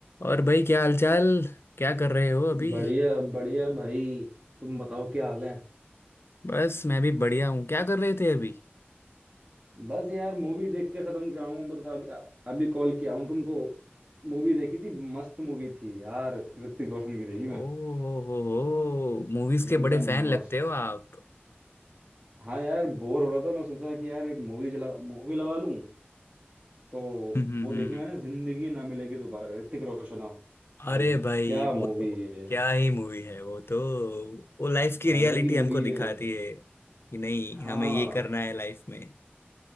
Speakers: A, on the left; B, on the right.
A: और भाई क्या हालचाल क्या कर रहे हो अभी
B: बढ़िया बढ़िया भाई तुम बताओ क्या हाल है
A: बस मैं भी बढ़िया हूँ क्या कर रहे थे अभी
B: बस यार मूवी देख के खत्म कराऊं बता अभी अभी कॉल किया हूं तुमको मूवी देखी थी मस्त मूवी थी यार ऋतिक रोशन की देखी
A: ओ
B: मैं
A: हो हो हो मूवीज के
B: एकदम
A: बड़े फैन लगते
B: मस्त
A: हो आप
B: हाँ यार बोर हो रहा था मैं सोचा कि यार एक मूवी जला मूवी लगा लूं तो
A: हम्म हम्म,
B: वो देखी
A: हम्म।
B: मैंने जिंदगी ना मिलेगी दोबारा ऋतिक रोशन ऑफ
A: अरे
B: भाई
A: भाई
B: क्या मूवी
A: वो तो
B: है
A: क्या ही मूवी है वो तो वो लाइफ की रियलिटी
B: अलग ही
A: हमको
B: मूवी है
A: दिखाती है कि नहीं
B: हाँ
A: हमें ये करना है लाइफ में <laughs>